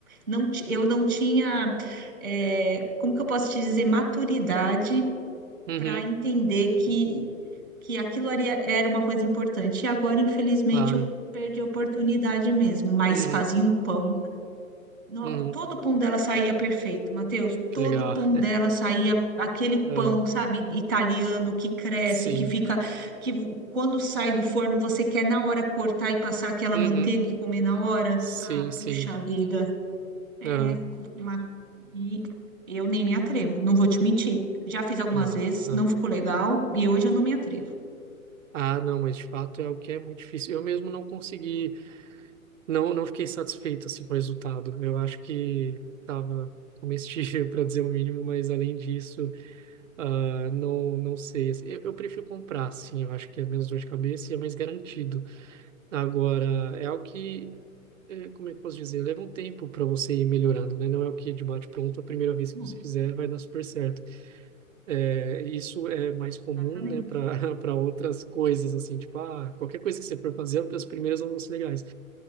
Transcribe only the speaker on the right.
Uhum.
Claro.
Uhum.
Uhum.
Que
legal.
<laughs>
Ah,
sim.
Uhum.
Sim,
sim.
Ah,
não.
Ah,
Ah, não, mas de fato é o que é muito difícil. Eu mesmo não consegui. Não, não fiquei satisfeito assim, com o resultado. Eu acho que estava comestível, <laughs> para dizer o mínimo, mas além disso, ah, não, não sei. Eu, eu prefiro comprar, sim. Eu acho que é menos dor de cabeça e é mais garantido. Agora, é algo que, eh, como é que eu posso dizer? Leva um tempo para você ir melhorando, né? Não é o que de bate-pronto, a primeira vez
que você fizer vai dar super certo. Eh, isso é mais comum,
né, para <laughs> para outras coisas, assim, tipo, ah, qualquer coisa que você for fazer, as primeiras não vão ser legais.